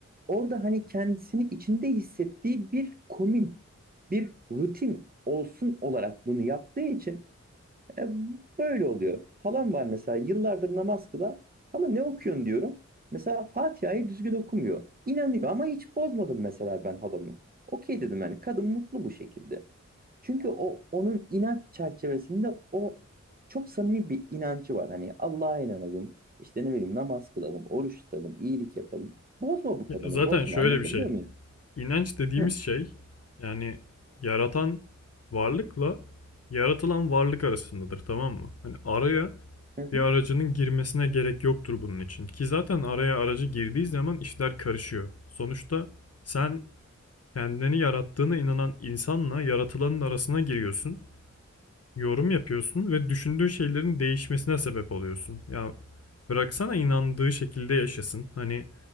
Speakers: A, on the right (about 30°); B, on the left (about 55°).
A: orada hani kendisini içinde hissettiği bir komün, bir rutin olsun olarak bunu yaptığı için e, böyle oluyor. Halam var mesela yıllardır namaz kılar. Hala ne okuyorsun diyorum. Mesela Fatiha'yı düzgün okumuyor. İnanıyor ama hiç bozmadım mesela ben halamı. Okey dedim yani kadın mutlu bu şekilde. Çünkü o onun inanç çerçevesinde o çok samimi bir inancı var. Hani Allah'a inanalım, işte ne bileyim namaz kılalım, oruç tutalım, iyilik yapalım. Bozma bu
B: Ya
A: kadını,
B: zaten
A: bozma
B: şöyle
A: anlatabiliyor
B: bir şey.
A: muyum?
B: İnanç dediğimiz
A: Hı,
B: şey yani yaratan varlıkla yaratılan varlık arasındadır tamam mı? Hani araya
A: hı, hı.
B: bir aracının girmesine gerek yoktur bunun için. Ki zaten araya aracı girdiği zaman işler karışıyor. Sonuçta sen kendini yarattığına inanan insanla yaratılanın arasına giriyorsun. yorum yapıyorsun ve düşündüğü şeylerin değişmesine sebep oluyorsun. Ya bıraksana inandığı şekilde yaşasın. Hani